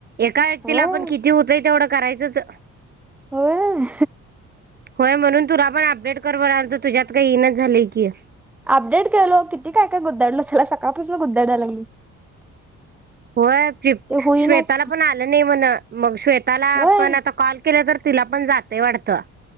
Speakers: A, on the right (about 35°); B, in the centre.
A: एका व्यक्तीला
B: होय
A: आपण किती होतोय तेवढ करायचंच
B: होय
A: होय म्हणून तुला पण अपडेट कर ब राल तुझ्यात काही इनाचं झालीय की
B: अपडेट केलो किती काय काय गुद्धडलो त्याला सकाळपासून गुद्धडायला लागली
A: होय
B: ते होईनाच
A: श्वेताला पण आलं नाही म्हण मग श्वेताला
B: होय
A: आपण आता कॉल केला तर तिला पण जातय वाटतं